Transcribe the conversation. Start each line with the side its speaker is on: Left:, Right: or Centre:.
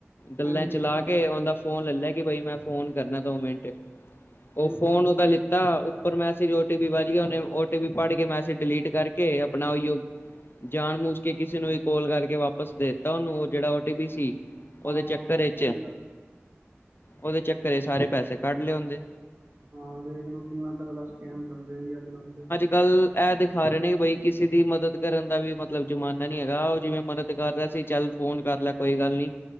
Left: ਗੱਲਾਂ
Right: ਹਾਂਜੀ
Left: ਚਲਾ
Right: ਹੂੰ
Left: ਲਾ ਕੇ ਲਾ ਕੇ ਉਹਦਾ ਫੋਨ ਲੈ ਕਿ ਬਈ ਮੈਂ ਫੋਨ ਕਰਨਾ ਦੋ ਮਿੰਟ ਉਹ ਫੋਨ
Right: ਹੂੰ
Left: ਉਹਦਾ ਲਿੱਤਾ ਔਰ ਵੈਸੇ ਵੀ ਓਟੀਪੀ ਵੱਜ ਗਿਆ ਉਹਨੇ ਓਟੀਪੀ ਪੜ੍ਹ ਕੇ ਮੈਸੇਜ ਡਿਲੀਟ ਕਰਕੇ ਆਪਣਾ ਉਹੀ ਉ ਜਾਣ ਬੁੱਝ ਕੇ ਕਿਸੇ ਨੂੰ ਵੀ ਕੋਲ ਕਰਕੇ ਵਾਪਸ ਦੇਤਾ ਉਹਨੂੰ ਉਹ ਜਿਹੜਾ ਓਟੀ ਪੀ ਸੀ। ਉਹਦੇ
Right: ਹਾਂ
Left: ਚੱਕਰ
Right: ਸਹੀ
Left: ਚ
Right: ਗੱਲ
Left: ਉਹਦੇ ਚੱਕਰ ਸਾਰੇ ਪੈਸੇ ਕੱਢ ਲਏ ਉਹਦੇ।
Right: ਹਾਂ ਵਖ ਲਉ ਕਿੰਨਾ ਤਗੜਾ ਸਕੈਮ ਚੱਲਦਾ ਅੱਜ ਕੱਲ ਤੇ
Left: ਗੱਲ ਇਹ ਦਿਖਾ ਰਹੇ ਨੇ ਬਈ ਕਿਸੇ ਦੀ ਮਦਦ ਕਰਨ ਦਾ ਵੀ ਮਤਲਬ ਜ਼ਮਾਨਾ, ਜਮਾਨਾ ਨੀ ਹੈਗਾ ਉਹ ਜਿਵੇਂ ਮਦਦ ਕਰ ਰਿਹਾ ਸੀ ਚੱਲ ਫੋਨ ਕਰ ਲੈ ਕੋਈ ਗੱਲ ਨੀ,